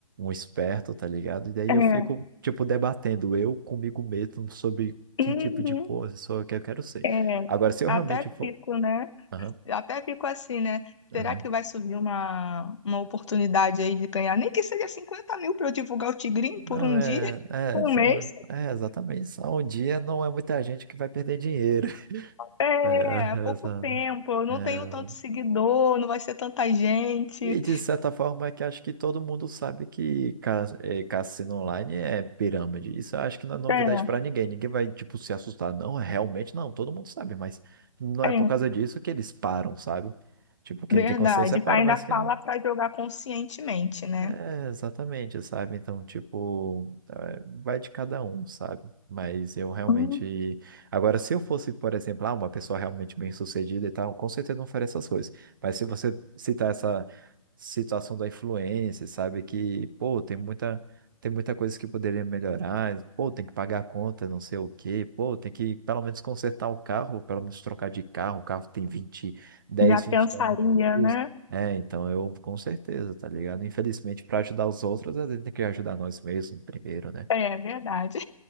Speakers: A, on the right (about 35°); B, on the left (about 55°).
A: um esperto, tá ligado? E daí
B: É.
A: eu fico tipo debatendo eu comigo mesmo sobre que
B: Uhum.
A: tipo de pessoa que eu quero ser.
B: É,
A: Agora, se eu
B: até
A: realmente for.
B: fico, né?
A: Aham,
B: Até fico assim, né? Será
A: aham.
B: que vai surgir uma, uma oportunidade aí de ganhar? Nem que seja cinquenta mil para eu divulgar o Tigrinho por
A: Não,
B: um
A: é,
B: dia,
A: é,
B: <laughs> um
A: são,
B: mês.
A: é exatamente. Só um dia não é muita gente que vai perder dinheiro. <laughs>
B: É,
A: Olha,
B: pouco
A: essa-
B: tempo. Eu não
A: é.
B: tenho tanto seguidor, não vai ser tanta gente.
A: E de certa forma é que acho que todo mundo sabe que ca- é, cassino online é pirâmide. Isso eu acho que não é novidade
B: É,
A: para ninguém. Ninguém vai, tipo, se assustar. Não, realmente não. Todo mundo sabe, mas não é
B: é,
A: por causa disso que eles param, sabe? Tipo, quem
B: verdade.
A: tem consciência para,
B: Ainda
A: mas quem
B: fala
A: não.
B: para jogar conscientemente, né?
A: É, exatamente, sabe? Então, tipo, é, vai de cada um, sabe? Mas eu realmente.
B: Uhum.
A: Agora, se eu fosse, por exemplo, ah, uma pessoa realmente bem-sucedida e tal, com certeza não faria essas coisas. Mas se você citar essa situação da influência, sabe? Que, pô, tem muita, tem muita coisa que poderia melhorar, pô, tem que pagar a conta, não sei o quê, pô, tem que pelo menos consertar o carro, pelo menos trocar de carro, o carro tem 20 10
B: Já
A: 20
B: pensaria,
A: anos de uso.
B: né?
A: É, então eu com certeza, tá ligado? Infelizmente, para ajudar os outros, a gente tem que ajudar nós mesmos primeiro, né?
B: É, verdade.